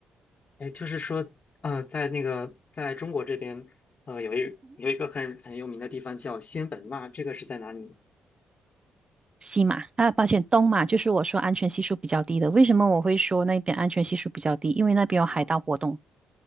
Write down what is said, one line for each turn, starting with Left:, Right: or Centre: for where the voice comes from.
Left: 哎，就是说，呃，在那个在中国这边，呃，有一有一个很很有名的地方叫仙本那，这个是在哪里呢？
Right: 西马啊，抱歉，东马就是我说安全系数比较低的。为什么我会说那边安全系数比较低？因为那边有海盗活动。
Left: 啊、